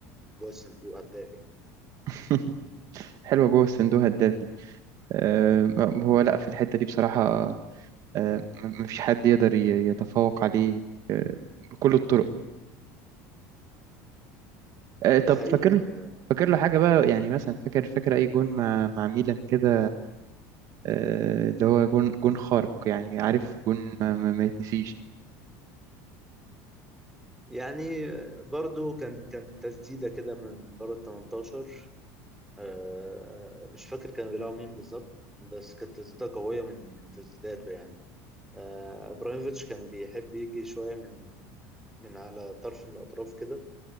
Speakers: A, in the centre; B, on the right.
A: جوه الصندوق هداف يعني.
B: <laughs> حلوة جوه الصندوق هداف دي آه، هو لا في الحتة دي بصراحة آه، م- مفيش حد يقدر ي- يتفوق عليه بكل الطرق آه،
A: ده
B: طب
A: حقيقي
B: فاكر له
A: انا بقى.
B: فاكر له حاجة بقى يعني مثلا فاكر فاكر أي جون مع مع ميلان كده آه، اللي هو جون جون خارق يعني عارف جون ما, ما, ما يتنسيش
A: يعني برضو كان كان تسديدة كده من بره ال 18 آه، مش فاكر كان بيلعب مين بالظبط بس كانت تسديدة قوية من من تسديداته يعني آه، ابراهيموفيتش كان بيحب يجي شويه من من على طرف من الاطراف كده